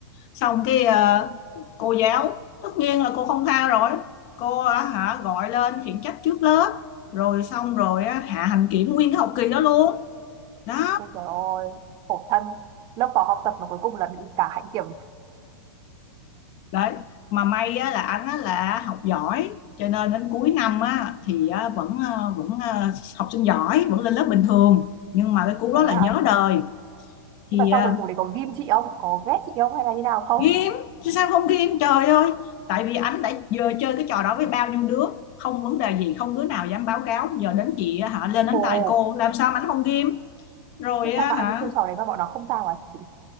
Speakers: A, on the left; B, on the right.
A: xong cái ờ, cô giáo tất nhiên là cô không tha rồi cô ờ, hả gọi lên khiển trách trước lớp rồi xong rồi á, hạ hành kiểm nguyên cái học kỳ đó luôn đó
B: Ôi trời ơi, khổ thân. Lớp phó học tập mà cuối cùng là bị cả hạnh kiểm.
A: đấy mà may á, là anh á, là học giỏi cho nên đến cuối năm á, thì á, vẫn ờ, vẫn ờ, học sinh giỏi vẫn lên lớp bình thường nhưng mà cái cú
B: Thế
A: đó là nhớ
B: à?
A: đời thì
B: Nhưng mà
A: ờ,
B: sau cuối cùng thì có ghim chị không? Có ghét chị không hay là như nào không?
A: Ghim chứ sao không ghim trời ơi tại vì anh đã giờ chơi cái trò đó với bao nhiêu đứa không vấn đề gì không đứa nào dám báo cáo giờ đến chị á hả lên đánh
B: Ồ,
A: tay cô làm sao mà ảnh không ghim rồi
B: thế
A: á
B: sao mà
A: hả
B: anh ấy chơi trò đấy mà bọn nó không sao à chị?